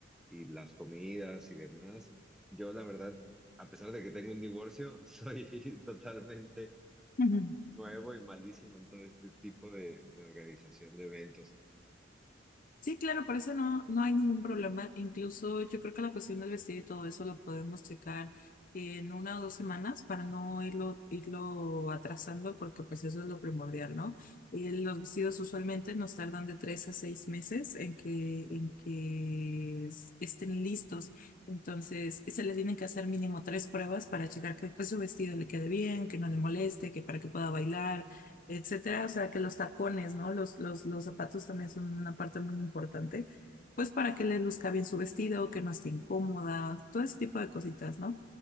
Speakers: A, in the centre; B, on the left (about 45°).
A: y las comidas y demás. Yo, la verdad, a pesar de que tengo un divorcio, soy <laughs> totalmente
B: Ujú.
A: nuevo y malísimo en todo este tipo de, de organización de eventos.
B: Sí, claro, por eso no, no hay ningún problema. Incluso yo creo que la cuestión del vestido y todo eso lo podemos checar en una o dos semanas para no irlo, irlo atrasando, porque pues eso es lo primordial, ¿no? Eh, los vestidos usualmente nos tardan de tres a seis meses en que, en que es- estén listos. Entonces, se le tienen que hacer mínimo tres pruebas para checar que pues, su vestido le quede bien, que no le moleste, que para que pueda bailar etcétera. O sea, que los tacones, ¿no? Los, los, los zapatos también son una parte muy importante, pues para que le luzca bien su vestido, que no esté incómoda, todo ese tipo de cositas, ¿no?